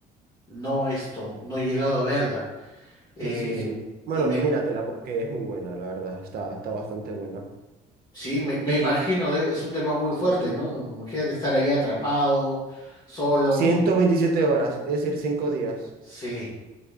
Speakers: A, on the left (about 25°); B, on the right (about 60°).
A: no esto, no he llegado a verla. Eh,
B: Sí, sí, sí. Bueno,
A: y me,
B: míratela porque es muy buena, la verdad. Está, está bastante buena.
A: sí, me, me
B: Y
A: imagino, de- es un tema muy
B: sí,
A: fuerte,
B: sí.
A: ¿no? Imagínate estar ahí atrapado, solo.
B: ciento veintisiete horas, es decir, 5 días.
A: Sí,